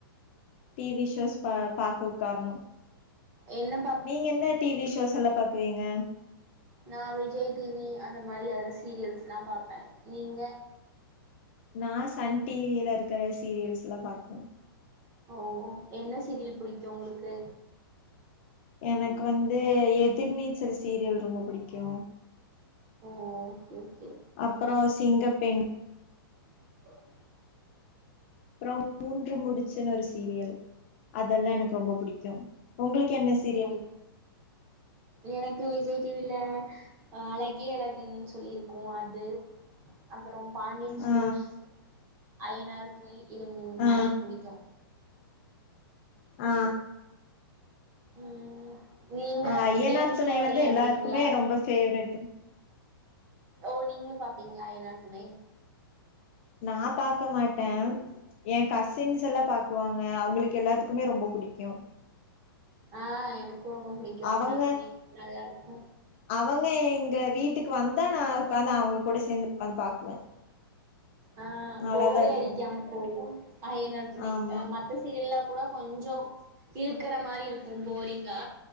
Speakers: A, on the left; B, on the right.
A: டி வி ஷோஸ் பா பாக்க உக்காரணூ
B: என்னப்
A: நீங்க என்ன டி வி ஷோஸ் எல்லா பாக்குவீங்க
B: நா விஜய் டி வி அந்த மாரி அதுல சீரியல்ஸ்லா பாப்பே நீங்க
A: நா சன் டி வி யில இருக்குற சீரியல்ஸ் எல்லா பாக்குவே
B: ஓ என்ன சீரியல் பிடிக்கு உங்களுக்கு
A: எனக்கு வந்த எதிர்நீச்சல் சீரியல் ரொம்ப புடிக்கூ
B: ஓ ஓகே ஓகே
A: அப்பறோ சிங்கப்பெண்
B: <inaudible>
A: அப்றோ மூன்று முடிச்சுனு ஒரு சீரியல் அதெல்லா எனக்கு ரொம்ப புடிக்கூ உங்களுக்கு என்னஸ்
B: ஆ எனக்கு விஜய் டி வி ல அ அழகே அழகுன் சொல்லியிருக்கூ அது அப்பறோ பாண்டியன் ஸ்டோர்ஸ்
A: ஆ
B: ஐய்யனார் துணை இது மூணுமே
A: ஆ
B: எனக்கு புடிக்கூ
A: ஆ
B: ம் நீங்க
A: அ ஐய்யனார்
B: கேம்ஸ்லா
A: துணை
B: வெளையாடுவீங்களா
A: வந்து எல்லாருக்குமே ரொம்ப ஃபேவரெட்டு
B: ஓ நீங்ளூ பாப்பிங்ளா ஐய்யனார் துணை
A: நா பாக்க மாட்டே ஏ கசின்ஸ் எல்லா பாக்குவாங்க அவுங்களுக்கு எல்லாத்துக்குமே ரொம்ப புடிக்கூ
B: ஆ எனக்கு ரொம்ப புடிக்கு ஐயனார்
A: அவங்க
B: துணை நல்லா இருக்கூ
A: அவங்க எங்க வீட்டுக்கு வந்தா நா உக்காந்து அவங்க கூட சேந்து உக்காந்து பாக்குவே
B: ஆ
A: நல்லாதா
B: போரே
A: இருக்கு
B: அடிக்காம போகு ஐயனார் துணை
A: ஆமா
B: அ மத்தஸ் சீரியல்லா கூட கொஞ்சொ இழுக்குற மாரி இருக்கு போரிங்கா